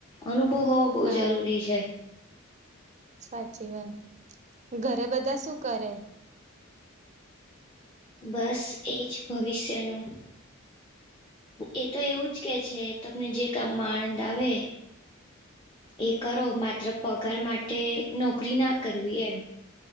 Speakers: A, on the left; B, on the right.
A: અનુભવ હોવો બહુ
B: હા
A: જરૂરી છે.
B: સાચી વાત. ઘરે બધા શું કરે?
A: બસ એ જ ભવિષ્યનું એ તો એવું જ કે છે તમને જે કામમાં આનંદ આવે એ કરો માત્ર પગાર માટે નોકરી ના કરવી એમ.